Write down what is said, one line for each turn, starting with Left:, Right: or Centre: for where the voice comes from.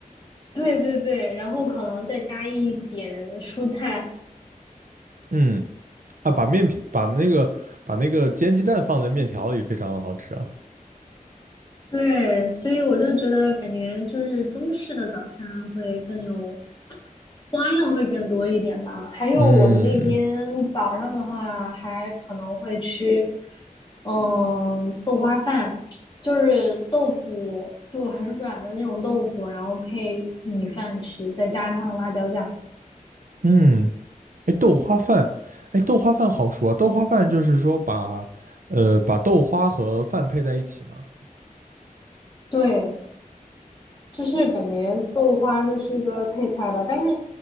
Left: 对对对，然后可能再加一点蔬菜，
Right: 嗯啊，把面皮把那个把那个煎鸡蛋放在面条里，非常的好吃啊。
Left: 对，所以我就觉得感觉就是中式的早餐会更有花样，会更多一点吧。还有我们那边早上的话，
Right: 嗯
Left: 还可能会吃，嗯，豆花饭，就是豆腐，就很软的那种豆腐，然后配米饭吃，再加上辣椒酱。
Right: 嗯，哎，豆花饭，哎，豆花饭好说啊，豆花饭就是说把呃把豆花和饭配在一起嘛。
Left: 对，就是感觉豆花这是一个配菜吧，但是